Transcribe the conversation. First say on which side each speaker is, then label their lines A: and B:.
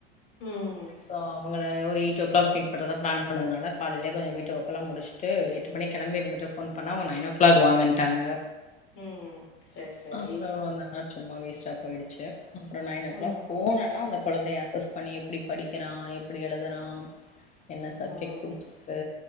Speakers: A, on the left; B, on the left.
A: ம்
B: சோ அவுங்கள ஒரு எயிட்ஓ க்ளாக் மீட் பண்றதா ப்ளான் பண்ணதுனால காலைலயே கொஞ்சோ வீட்டு வர்க்லா முடிச்ட்டு எட்டு மணிக்கு கெளம்பி இருந்துட்டு ஃபோன் பண்ணா அவுங்க நைன் ஓ கிளாக் வாங்கன்ட்டாங்க
A: ம் சேரி சேரி
B: அப்புறோ அவ்ள நேர சும்மா வேஸ்ட்டா போயிடுச்சு அப்புறோ நைன் ஓ க்ளாக்
A: ம்
B: போனன்னோ அந்த கொழந்தை பண்ணி எப்டி படிக்கிறா எப்டி எழுதுறா என்ன சப்ஜெக்ட்
A: ம்
B: புடிச்சிருக்கு